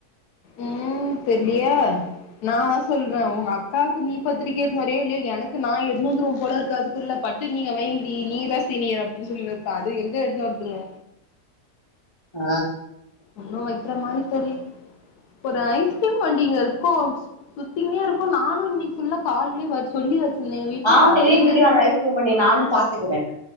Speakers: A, on the left; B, on the left.
A: ம் தெர்லியே நா அத சொல்வே உங்க அக்காவுக்கு நீ பத்திரிக்க எத்துனு வரியோ இல்லையோ எனக்கு நா எட்த்துனு வந்துருவ போல இருக்கு அதுக்குள்ள பட் து நீங்க வைங்கிடி நீ தா சீனியர் அப்டின்னு சொல்லினிர்ப்பா அது எந்த எடுத்து வருதுங்க
B: ஆ
A: ஒன்னு வைக்கிற மாரி தெர்ல ஒரு ஐஸ்கிரீம் வண்டி இங்க இருக்கோ சுத்திங்னே இருக்கோ நானு இன்னைக்கி ஃபுல்லா கால்லே வர் சொல்லி வச்சிருந்தே எங்க வீட்ல
B: ஆ
A: வரவே
B: தெரியும் தெரியும்
A: இல்
B: அந்த ஐஸ்கிரீம் வண்டி நானும் பாத்துக்கிறேன்